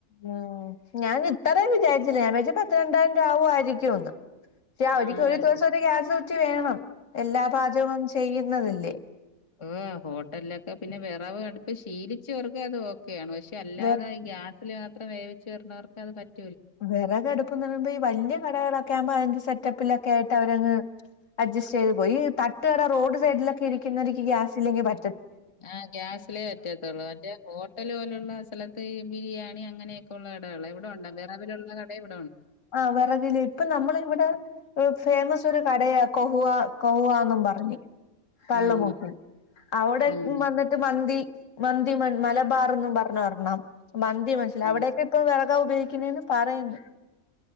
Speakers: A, on the left; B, on the left.
A: ഉം ഞാൻ ഇത്തറേം വിചാരിച്ചില്ല ഞാൻ വച്ച് പത്ത് രണ്ടായിരം രൂപ ആവും ആയിരിക്കും ഒന്ന് പക്ഷേ അവരിക്ക്
B: ആഹ്
A: ഒരുദിവസം ഒരു ഗ്യാസ് റ്റ് വേണം എല്ലാ പാചകവും ചെ ചെയ്യുന്നതല്ലേ
B: ഹ് ഹോട്ടലിലൊക്കെ പിന്നെ വിറവ് അടുപ്പ് ശീലിച്ചവർക്ക് അത് ഒ ഒക്കെയാണ് പക്ഷെ അല്ലാതെ
A: വെ
B: ഗ്യാ പ്പിൽ മാത്രം വേവിച്ച് വരുന്നവർക്ക് അത് പറ്റ
A: വിറകടുപ്പ്ന്ന് പറയുമ്പോഈ വലിയ കടകള ക്കെ ആവുമ്പോ അതിന്റെ സെറ്റപ്പിലൊക്കെ ആയിട്ട് അവരങ്ങ് അഡ്സ്റ്റ് ചെയ്ത് പോയി ഈ തട്ടുകട റോഡ് സൈഡിലൊക്കെ ഇരിക്കുന്നവെര്ക്ക് ഗ്യാസില്ലെങ്കി പ
B: ആ ഗ്യാസിലേ റ്റത്തുള്ളൂ മറ്റേ ഹോട്ടല് പോലെയുള്ള ആ സ്ഥലത്ത് ഈ ബിരിയാണി അങ്ങ ങ്ങനെ ഉള്ള കടകള് ഇവിടെ ഉണ്ട് വിറവിലുള്ള കടേം ഇവ
A: ആ വെറകില് ഇപ്പൊ നമ്മളിവിടെ ഒ ഫേമസ് ഒരു കടയാ കൊഹ്‌വാ കൊവാന്നും പറഞ്ഞ് പള്ളമൊക്കിൽ
B: ഉം
A: അവിടെ
B: ആഹ്
A: വന്നിട്ട് മന്തി മന്തിമൺ മലബാറന്നും പറഞ്ഞ് ഒരണ്ണം മന്തി <unintelligible>
B: ഉം
A: അവിടയക്കെ ഇപ്പം വേ ദ ഉപയോഗിക്ക് ണ്ന്ന് പറയ്ണ്ട്